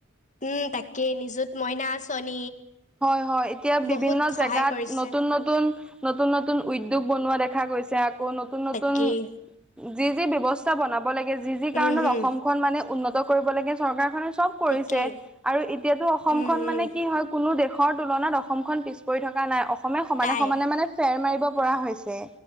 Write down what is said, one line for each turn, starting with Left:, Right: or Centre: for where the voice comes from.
Left: উম তাকে নিযুত মইনা আঁচনি।
Centre: হয় হয় এতিয়া বিভিন্ন
Left: বহুত সহায়
Centre: জেগাত
Left: কৰিছে।
Centre: নতুন নতুন- নতুন, নতুন নতুন উদ্যোগ বনোৱা দেখা গৈছে, আকৌ নতুন নতুন-
Left: তাকেই,
Centre: যি যি ব্যৱস্থা বনাব লাগে যি যি কাৰণত
Left: উম, হুম,
Centre: অসমখন মানে উন্নত কৰিব লাগে চৰকাৰখনে চব- কৰিছে,
Left: তাকেই,
Centre: আৰু এতিয়াতো অসমখন
Left: উম, উম,
Centre: মানে কি হয়- কোনো দেশৰ তুলনাত অসমখন পিছ পৰি থকা নাই। অস অসমে সমানে
Left: তাই।
Centre: সমানে মানে ফেৰ মাৰিব পৰা হৈছে।